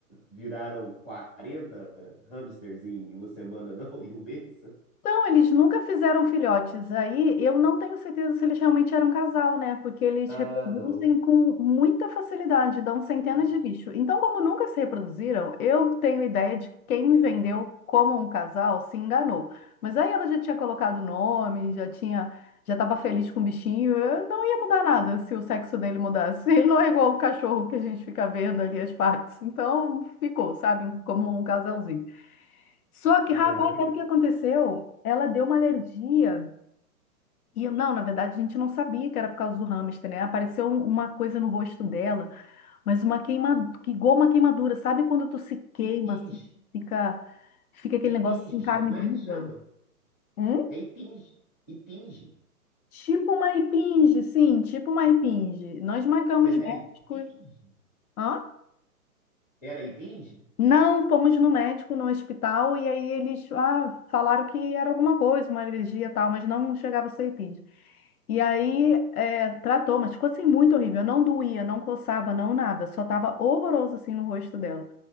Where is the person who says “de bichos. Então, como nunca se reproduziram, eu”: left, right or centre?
Left